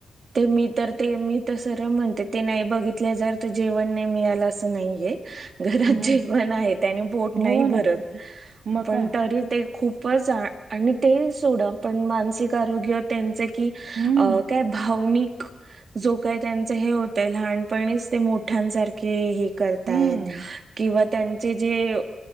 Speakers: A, on the right; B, on the right.
A: ते मी तर ते मी तर सरळ म्हणते, ते नाही बघितले जर तर जेवण नाही मिळालं असं नाहीये. घरात
B: हो
A: जेवण आहे. त्यानी पोट नाही
B: हो ना
A: भरत
B: मग
A: पण
B: काय
A: तरी ते खूप आणि ते सोडा पण मानसिक आरोग्य त्यांच कि
B: हम्म
A: अ काय मि क जो काय त्यांच हे होतय, लहानपणीच ते मोठ्यांसारखे हे करतायत.
B: हम्म
A: किंवा त्यांचे जे